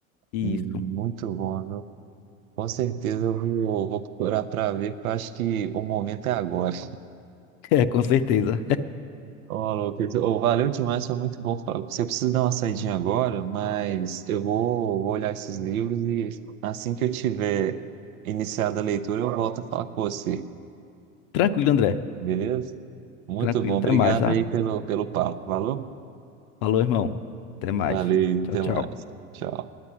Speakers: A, on the left; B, on the right.
A: Isso.
B: Hum,
A: <laughs>
B: Muito bom, viu? Com certeza eu vou, vou procurar para ver, porque eu acho que o momento é agora.
A: É, com certeza.
B: Ó, Lucas, ô, valeu demais, foi muito bom falar. com Você precisa dar uma saidinha agora, mas eu vou, vou olhar esses livros e assim que eu tiver iniciado a leitura, eu volto a falar com você,
A: Tranquilo, André.
B: beleza? Muito
A: Tranquilo.
B: bom,
A: Até
B: obrigado
A: mais, tá?
B: aí pelo, pelo papo, valeu?
A: Falou, irmão. Até mais.
B: Valeu,
A: Tchau,
B: até
A: tchau.
B: mais. Tchau.